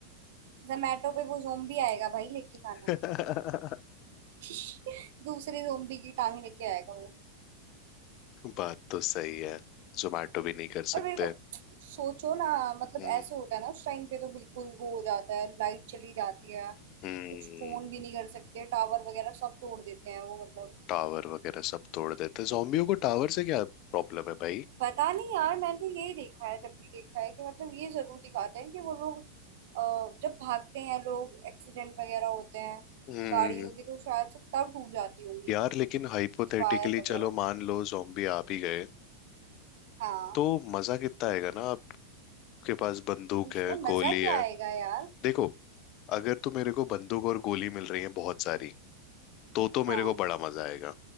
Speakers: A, on the right; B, on the left.
A: जोमेटो पे वो जोम्बी आएगा भाई लेके खाना
B: <laughs>
A: <laughs> दूसरे जोम्बी की टांग लेके आएगा वो
B: बात तो सही है जोमैटो भी नहीं कर
A: और
B: सकते
A: मेरे को सोचो ना मतलब
B: हम्म
A: ऐसे होता है ना उस टाइम पे तो बिल्कुल वो हो जाता है लाइट चली जाती है
B: हम्म
A: कुछ फोन भी नहीं कर सकते टावर वगैरह सब तोड़ देते हैं वो मतलब
B: टावर वगैरह सब तोड़ देते जॉम्बियों को टावर से क्या प्रॉब्लम है भाई
A: पता नहीं यार मैंने तो यही देखा है जब भी देखा है कि मतलब ये जरूर दिखाते हैं कि वो लोग अ, जब भागते हैं लोग एक्सीडेंट वगैरह होते हैं
B: हम्म
A: गाड़ियों की तो शायद से तब टूट जाती होंगी
B: यार लेकिन हाइपोथेटिकली
A: कुछ वायर वगैरह
B: चलो मान लो जोम्बी आ भी गए
A: हाँ
B: तो मजा कितना आएगा ना आपके पास बंदूक
A: इसमें
B: है
A: मजा
B: गोली
A: क्या
B: है
A: आएगा यार
B: देखो अगर तो मेरे को बंदूक और गोली मिल रही है बहुत सारी तो तो मेरे
A: हाँ
B: को बड़ा मजा आएगा